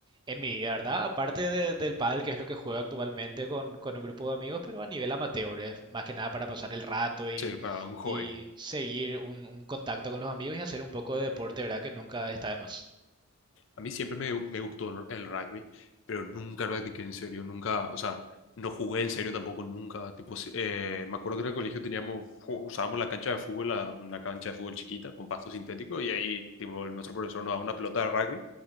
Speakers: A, on the right (about 20°); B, on the left (about 60°).
A: en mi vida, ¿verdad? Aparte de- del pádel, que es lo que juego actualmente con, con un grupo de amigos, pero a nivel amateur, es más que nada para pasar el rato y,
B: sí, para un hobby.
A: y seguir un, un contacto con los amigos y hacer un poco de deporte, ¿verdad? Que nunca está de más.
B: A mí siempre me, me gustó el rugby, pero nunca practiqué en serio, nunca, o sea, no jugué en serio tampoco, nunca. Tipo, si- eh, me acuerdo que en el colegio teníamos, ju- usábamos la cancha de fútbol, la- una cancha de fútbol chiquita con pasto sintético, y ahí, tipo, nuestro profesor nos daba una pelota de rugby